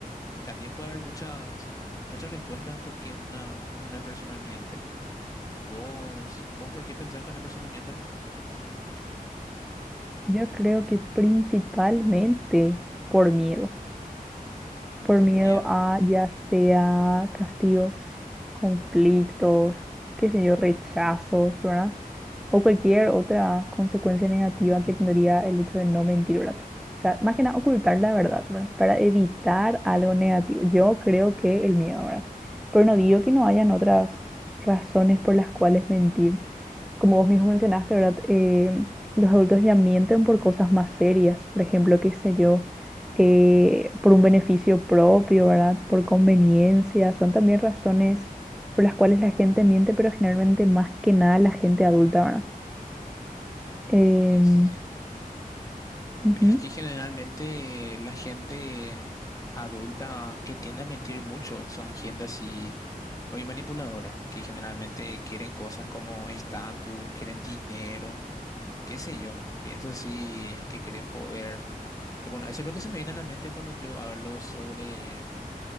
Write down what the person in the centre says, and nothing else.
Yo creo que principalmente por miedo. por
miedo
a ya sea castigos, conflictos, qué sé yo, rechazos, ¿verdad? O cualquier otra consecuencia negativa que tendría el hecho de no mentir, ¿verdad? O sea, más que nada ocultar
la verdad, ¿verdad? Para evitar algo negativo. Yo creo que el miedo, ¿verdad? Pero no digo que no hayan otras razones por las cuales mentir como vos mismo mencionaste, ¿verdad? Eh, los adultos ya mienten por cosas más serias, por ejemplo, qué sé yo, eh, por un beneficio propio, ¿verdad? Por conveniencia, son también razones por las cuales la gente miente, pero generalmente más que nada la gente adulta, ¿verdad? Em,
ujú.